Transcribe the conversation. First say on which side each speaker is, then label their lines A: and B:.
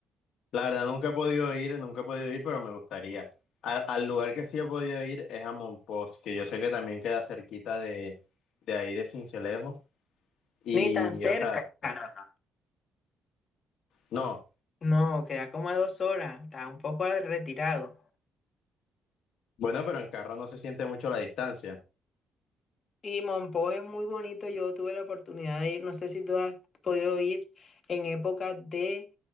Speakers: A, on the left; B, on the left.
A: la verdad nunca he podido ir, nunca he podido ir, pero me gustaría. Al, al lugar que sí he podido ir es a Monpós, que yo sé que también queda cerquita de, de ahí de Sincelejo. Y,
B: Ni tan cerca.
A: o sea,
B: No, no, no.
A: no,
B: No, queda como a dos horas. Está un poco retirado.
A: bueno, pero en carro no se siente mucho la distancia.
B: Sí, Monpó es muy bonito. Yo tuve la oportunidad de ir. No sé si tú has podido ir en época de,